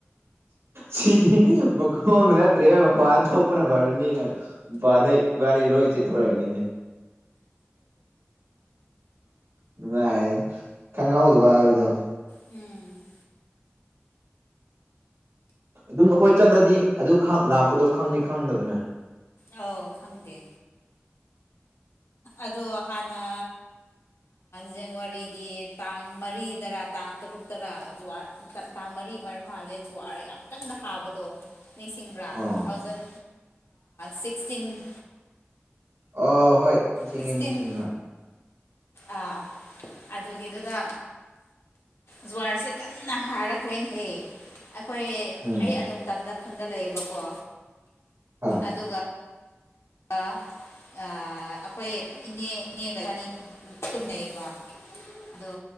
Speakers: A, on the right (about 80°); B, on the left (about 85°).
A: ꯁꯤꯗꯤ ꯃꯈꯣꯡꯗ ꯅꯠꯇ꯭ꯔꯦ ꯃꯄꯥꯟ ꯊꯣꯛꯄꯅ ꯐꯔꯅꯤꯅ ꯋꯥ ꯅ ꯋꯥꯅꯤ ꯔꯣꯣꯏ ꯆ ꯊꯣꯔꯅꯤꯅꯦ ꯅꯨꯡꯉꯥꯏ ꯈꯪꯍꯧꯗꯕ ꯍꯥꯏꯕꯗꯣ
B: ꯎꯝ
A: ꯑꯗꯨꯝ ꯑꯩꯈꯣꯏ ꯆꯠꯂꯗꯤ ꯑꯗꯨ ꯂꯥꯛꯄꯗꯣ ꯈꯪꯅꯤ ꯈꯪꯗꯕꯅ
B: ꯑꯥꯎ ꯈꯪꯗꯦ ꯑꯗꯣ ꯍꯥꯟꯅ ꯖꯅꯋꯥꯔꯤꯒꯤ ꯇꯥꯡ ꯃꯔꯤꯗꯔꯥ ꯇꯥꯡ ꯇꯔꯨꯛ ꯇꯔꯥ ꯀꯥꯡ ꯃꯔꯤ ꯑꯣꯏꯔ ꯃꯥꯜꯂꯦ ꯖꯨꯋꯥꯔ ꯌꯥꯝ ꯀꯟꯅ ꯍꯥꯕꯗꯣ ꯅꯤꯡꯁꯤꯡꯕ꯭ꯔꯥ
A: ꯑꯥ
B: ꯇꯨ ꯊꯥꯎꯖꯟ ꯁꯤꯛꯁꯇꯤꯟ <inaudible>
A: ꯑ ꯍꯣꯏ ꯅꯤꯡꯁꯤꯡꯉꯦ
B: ꯁꯤꯛꯁꯇꯤꯟ
A: ꯅꯤꯡꯁꯤꯡꯉꯦ ꯍꯣꯏ
B: ꯑꯥ ꯑꯗꯒꯤꯗꯗ ꯖꯨꯋꯥꯔꯁꯦ ꯀꯟꯅ ꯍꯥꯔꯛꯈ꯭ꯔꯦꯅꯍꯦ ꯑꯩꯈꯣꯏ
A: ꯎꯝ
B: ꯑꯩ ꯑꯗꯨꯣꯝ ꯇꯝꯗ ꯈꯨꯟꯗ ꯂꯩꯌꯦꯕꯀꯣ
A: ꯍꯣꯏ
B: ꯑꯗꯨꯒ ꯋꯥ ꯑꯩꯈꯣꯏ ꯏꯅꯦ ꯏꯅꯦꯒ ꯑꯅꯤ ꯇꯨꯝꯅꯩꯌꯦꯕ ꯗ